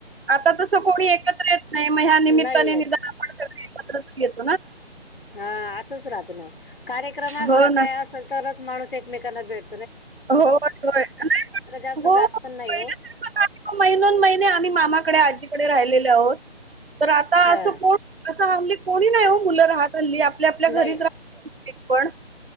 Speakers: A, on the right; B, on the left.
A: आता कोणी एकत्र येत नाही मग ह निमित्ताने
B: नाही येत
A: नि आपण सग एकत्र ह
B: हा असंच राहत ना कार्यक्रम असला
A: हो ना
B: काय असल तरच माणस एकमेकांना भेट
A: होय होय नाही.
B: जास्त
A: हो
B: जात
A: हो
B: पण नाही
A: महिनों न महिने आम्ही मामाकडे आजीकडे राहिलेले आहोत. तर आता
B: हा
A: असं कोण असं हल्ली कोणी नाही हो. मुलं राहत. हल्ली आपल्या आपल्या घरीच
B: नाही
A: राहतात ते पण,